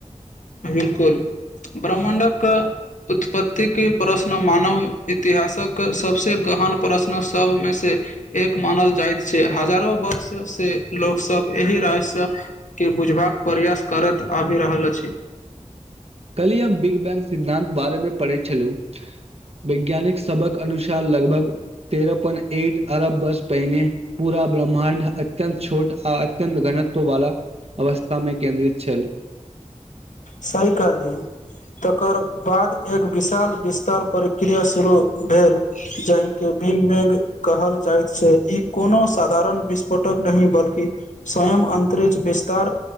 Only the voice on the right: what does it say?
कलहि हम बिग बैंग सिद्धान्त बारेमे पढ़ै छलहुँ वैज्ञानिक सबक अनुसार लगभग तेरह पॉइंट एट अरब बर्स पहिने पूरा ब्रह्माण्ड अत्यन्त छोट आ अत्यन्त घनत्व वाला अवस्थामे केन्द्रित छल